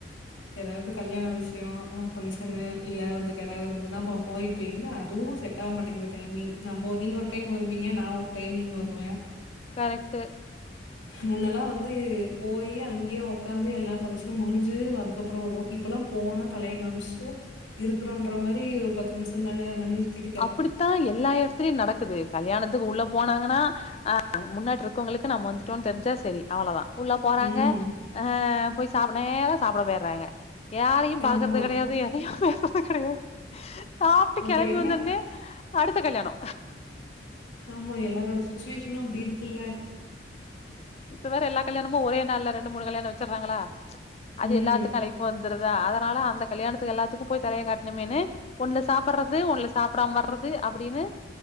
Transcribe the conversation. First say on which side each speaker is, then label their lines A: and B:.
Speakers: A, on the left; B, on the left.
A: ஏதாவது கல்யாண விஷ்யோ ஒரு ஃபங்க்ஷனு இல்ல வந்து கெடா விருந்துன்னா போய் இப்ப எங்க அதுவு செட் செட்டாவ மாட்டேங்குது டைமிங் நம்ம நீங்க ஒரு டைம் வருவீங்க நா ஒரு டைமிங் வருவ
B: கரெக்ட்டு
A: முன்னல்லா வந்து போயி அங்கேயே உட்காந்து எல்லா பங்க்ஷனு முடிஞ்சு அதுக்கப்பற வருவோ இப்பல்லா போன தலைய காம்ச்ட்டு இருக்றோன்ற மாரி ஒரு பத்து நிம்ஷோ தான அந்த நீர் சுத்தி
B: அப்டித்தா எல்லா இடத்துலயு நடக்குது கல்யாணத்துக்கு உள்ள போனாங்கன்னா அ முன்னாட் இருக்கவுங்களுக்கு நம்ம வந்துட்டோன் தெரிஞ்சா செரி அவ்வளதா உள்ள போறாங்க
A: ம்.
B: அ போய் சாப்ப நேரா சாப்ட போயிட்றாங்க யாரையு பாக்கறது
A: ஆமா.
B: கடையாது எதையு பேசுறது கடையாது சாப்ட்டு
A: அப்புறம்
B: கெளம்பி
A: என்ன
B: வந்த டு அடுத்த கல்யாணோ
A: ஆமா எல்லாரோட சுச்சுவேஷனு அப்டி இருக்குல்ல
B: இப்ப வேற எல்லா கல்யாணமு ஒரே நாள்ல ரெண்டு மூணு கல்யாணம் வச்சர்றாங்ளா அது
A: ம்.
B: எல்லாத்துக்கு அழைப்பு வந்துருதா அதனால அந்த கல்யாணத்துக்கு எல்லாத்துக்கு போய் தனியா காட்ணுமேன்னு ஒண்ணுல சாப்பட்றது ஒண்ணு சாப்டாம வர்றது அப்டின்னு